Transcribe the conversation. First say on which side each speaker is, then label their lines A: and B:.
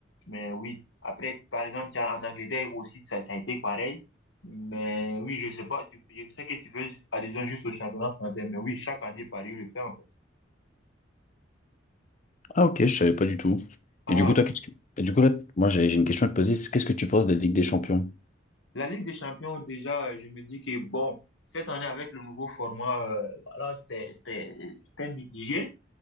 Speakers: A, on the left (about 80°); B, on the left (about 40°).
A: Mais oui, après, par exemple, tiens, en Angleterre aussi, ça, ça a été pareil. Mais oui, je sais pas, tu, je sais que tu fais allusion juste au championnat français, mais oui, chaque année, Paris le fait, en fait.
B: Ah, ok, je savais pas du tout.
A: Ah,
B: Et du coup, toi, qu'est-ce que... Et du coup, là, moi, j'ai j'ai une question à te poser. c'est Qu'est-ce que tu penses de la Ligue des Champions?
A: la Ligue des Champions, déjà, euh, je me dis que bon, cette année, avec le nouveau format, euh, voilà, c'était, c'était, c'était mitigé.